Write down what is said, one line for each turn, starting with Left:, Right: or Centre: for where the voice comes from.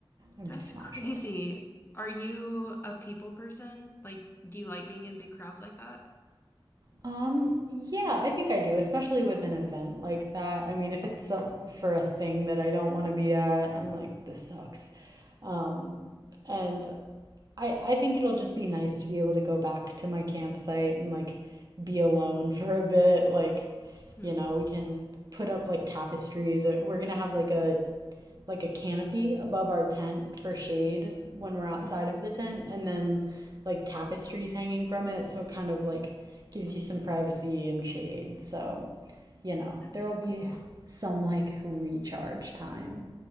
Right: I'm
Left: that's
Right: just
Left: crazy.
Right: not sure.
Left: Are you a people person? Like, do you like being in big crowds like that?
Right: Um, yeah, I think I do, especially with an event like that. I mean, if it's so- for a thing that I don't want to be at, I'm like, this sucks. Um, and I I think it'll just be nice to be able to go back to my campsite and like be alone <laughs> for a bit. Like,
Left: hmm
Right: you know, we can put up like tapestries. We're gonna have like a like a canopy above our tent for shade when we're outside
Left: hmm
Right: of the tent and then like tapestries hanging from it so it kind of like gives you some privacy and shade so you know
Left: That's
Right: there
Left: so
Right: will be
Left: cool.
Right: some like recharge time